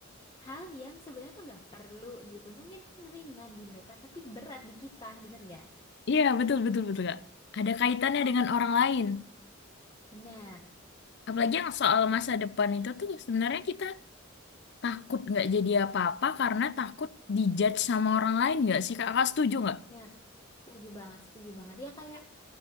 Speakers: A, on the left (about 20°); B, on the left (about 55°).
A: hal yang sebenarnya tuh nggak perlu gitu. Mungkin ringan di mereka, tapi berat di kita, bener nggak?
B: iya betul betul betul Kak. Ada kaitannya dengan orang lain.
A: Bener,
B: Apalagi yang soal masa depan itu tuh sebenarnya kita takut nggak jadi apa-apa karena takut dijudge sama orang lain nggak sih Kak? Kakak setuju nggak?
A: bener. Setuju banget, setuju banget. Ya kayak